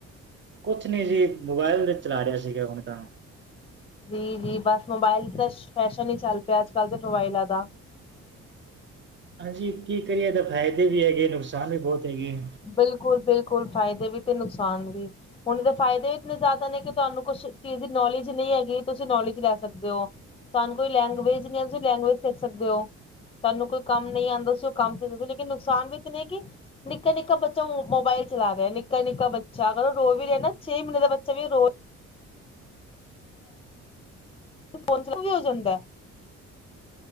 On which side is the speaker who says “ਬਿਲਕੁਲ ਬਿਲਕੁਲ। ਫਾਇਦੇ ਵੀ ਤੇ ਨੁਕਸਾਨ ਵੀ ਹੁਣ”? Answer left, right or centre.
Left